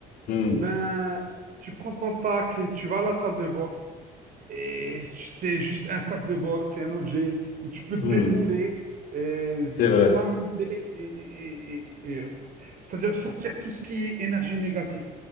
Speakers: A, on the left (about 70°); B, on the right (about 55°).
A: Hmm,
B: ben, tu prends ton sac et tu vas à la salle de boxe. Et c'est juste un sac de boxe, c'est un objet où tu peux te
A: hmm,
B: défouler, et
A: C'est vrai,
B: t'amuser et, et, et- et- et- c'est-à-dire sortir tout ce qui est énergie négative.